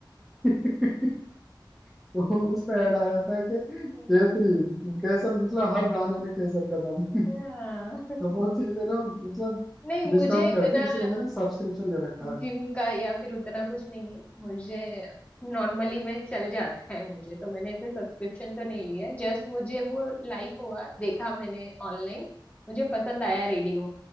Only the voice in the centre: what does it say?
<laughs> तो उस पे ऐड आया था कि
केसरी केसर मतलब हर दाने में केसर का दम
<laughs>
तो वो चीज है ना मतलब
डिस्टर्ब
करती है इसलिए मैंने सब्सक्रिप्शन ले रखा है